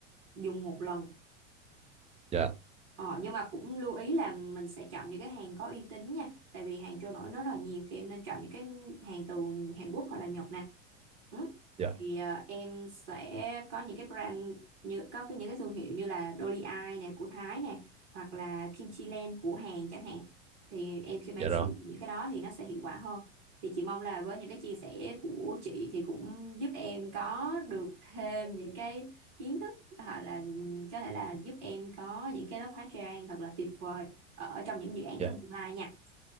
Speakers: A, on the right; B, on the right.
A: dùng một lần
B: dạ
A: Ờ, nhưng mà cũng lưu ý là mình sẽ chọn những cái hàng có uy tín nha tại vì hàng trôi nổi rất là nhiều thì em nên chọn những cái hàng từ Hàn Quốc hoặc là Nhật nè ừ.
B: dạ
A: thì ờ, em sẽ có những cái brand như có cái- những cái thương hiệu như là Dolly Eye nè của Thái nè hoặc là Kimchi Land của Hàn chẳng hạn thì em khi mà
B: dạ
A: em sử
B: rồi
A: dụng những cái đó thì nó sẽ hiệu quả hơn thì chị mong là với những cái chia sẻ của chị thì cũng giúp em có được thêm những cái kiến thức à, là có thể là giúp em có những cái lớp hóa trang thật là tuyệt vời ở, ở trong những dự án
B: dạ
A: trong tương lai nha